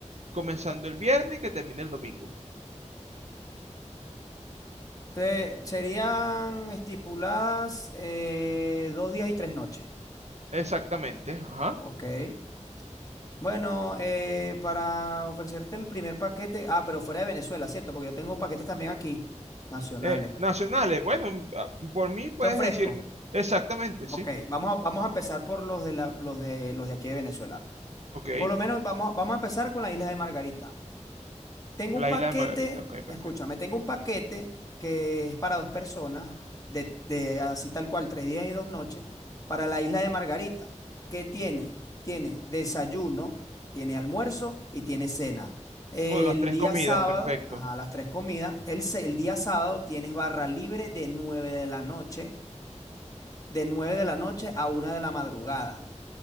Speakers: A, on the right; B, on the left.
A: comenzando el viernes y que termine el domingo.
B: Te- serían estipuladas eh, dos días y tres noches.
A: Exactamente, ajá.
B: Ok. Bueno, eh, para ofrecerte el primer paquete, ah, pero fuera de Venezuela, ¿cierto? Porque yo tengo paquetes también aquí, nacionales.
A: Eh, nacionales, bueno, a- por mí puedes
B: Te ofrezco.
A: decirme exactamente, sí.
B: Ok, vamos a, vamos a empezar por los de la- los de, los de aquí de Venezuela.
A: Ok,
B: Por lo menos vamos, vamos a empezar con las Islas de Margarita. Tengo
A: la
B: un paquete,
A: isla de Margarita, ok, perfecto.
B: escúchame, tengo un paquete que es para dos personas, de, de así tal cual, tres días y dos noches, para la isla de Margarita. ¿Qué tiene? Tiene desayuno, tiene almuerzo y tiene cena. El
A: O las tres
B: día
A: comidas,
B: sábado,
A: perfecto.
B: ajá, las tres comidas. El, se- el día sábado tienes barra libre de nueve de la noche, de nueve de la noche a una de la madrugada.